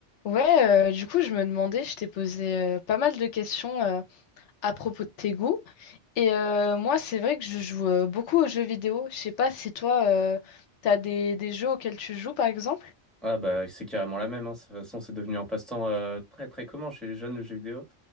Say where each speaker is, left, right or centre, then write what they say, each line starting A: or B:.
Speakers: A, on the left; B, in the centre.
A: Ouais, euh, du coup, je me demandais, je t'ai posé euh, pas mal de questions euh, à propos de tes goûts. Et euh, moi, c'est vrai que je joue euh, beaucoup aux jeux vidéo. Je sais pas si toi, euh, t'as des, des jeux auxquels tu joues, par exemple.
B: Ah bah c'est carrément la même, hein. De toute façon c'est devenu un passe-temps euh, très très commun chez les jeunes le jeu vidéo.